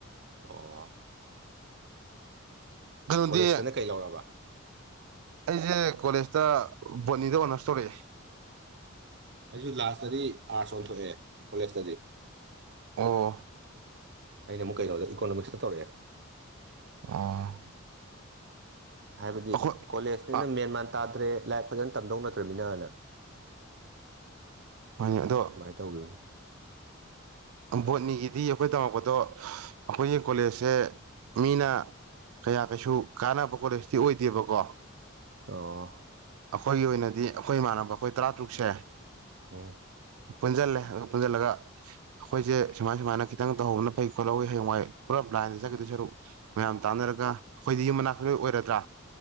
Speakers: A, on the right; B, on the right.
A: ꯑꯣ꯫
B: ꯀꯩꯅꯣꯗꯤ
A: ꯀꯣꯂꯦꯖꯇꯅ ꯀꯩ ꯂꯧꯔꯕ
B: ꯑꯩꯖꯦ ꯀꯣꯂꯦꯖꯇ ꯕꯣꯠꯅꯤꯗ ꯑꯣꯅꯔꯁ ꯇꯧꯔꯛꯑꯦ꯫
A: ꯑꯩꯁꯨ ꯂꯥꯁꯇꯗꯤ ꯑꯥꯔꯠꯁ ꯑꯣꯟꯊꯣꯛꯑꯦ ꯀꯣꯂꯦꯖꯇꯗꯤ
B: ꯑꯣ
A: ꯑꯩꯅ ꯑꯃꯨꯛꯩꯅꯣ ꯏꯀꯣꯃꯤꯛꯁꯇꯧꯔꯑꯦ
B: ꯑꯥ
A: ꯍꯥꯏꯕꯗꯤ
B: ꯑꯩꯈꯣꯏ
A: ꯀꯣꯂꯦꯖꯅꯤꯅ
B: ꯑꯥ
A: ꯃꯦꯟ ꯃꯥꯟ ꯇꯥꯗ꯭ꯔꯦ ꯂꯥꯏꯔꯤꯛ ꯐꯖꯅ ꯇꯝꯗꯧꯅꯗ꯭ꯔꯃꯤꯅꯅ
B: ꯍꯣꯏꯅꯦ ꯑꯗꯣ
A: ꯁꯨꯃꯥꯏꯅ ꯇꯧꯈꯤꯕꯅꯤ
B: ꯕꯣꯠꯅꯤꯒꯤꯗꯤ ꯑꯩꯈꯣꯏ ꯇꯝꯃꯛꯄꯗꯣ ꯑꯩꯈꯣꯏꯒꯤ ꯀꯣꯂꯦꯖꯁꯦ ꯃꯤꯅ ꯀꯌꯥ ꯀꯩꯁꯨ ꯀꯥꯟꯅꯕ ꯀꯣꯂꯦꯖꯇꯤ ꯑꯣꯏꯗꯦꯕꯀꯣ꯫
A: ꯑꯣ
B: ꯑꯈꯣꯏꯒꯤ ꯑꯣꯏꯅꯗꯤ ꯑꯩꯈꯣꯏ ꯏꯃꯥꯟꯅꯕ ꯑꯩꯈꯣꯏ ꯇꯔꯥꯇꯔꯨꯛꯁꯦ꯫
A: ꯎꯡ꯫
B: ꯄꯨꯟꯖꯜꯂꯦ ꯑ ꯄꯨꯟꯖꯜꯂꯒ꯫ ꯑꯩꯈꯣꯏꯁꯦ ꯁꯨꯃꯥꯏ ꯁꯨꯃꯥꯏꯅ ꯈꯤꯇꯪ ꯇꯧꯍꯧꯕꯅ ꯐꯩ ꯈꯣꯠꯍꯧꯋꯤꯌꯦꯡꯋꯥꯏ ꯄꯨꯂꯞ ꯂꯥꯏꯟꯗ ꯆꯠꯈꯤꯗꯣꯏ ꯁꯔꯨꯛ ꯃꯌꯥꯝ ꯇꯥꯟꯅꯔꯒ ꯑꯩꯈꯣꯏꯗꯤ ꯌ ꯃꯅꯥꯛꯛꯇ ꯂꯣꯏ ꯑꯣꯏꯔꯗ꯭ꯔꯥ